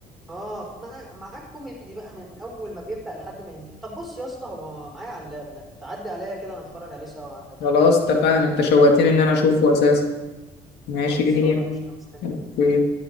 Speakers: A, in the centre; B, on the left.
A: اه في- مع معاك كوميدي بقى من اول ما بيبدأ لحد ما ينتهي طب بص يا اسطى هو معايا على اللاب ما تعدي عليا كده نتفرج عليه سوا عادي
B: خلاص اتفقنا انت شوقتني ان انا اشوفه اساسا ماشي
A: خلصانه
B: ايه هي
A: قشطه مستني
B: اوكي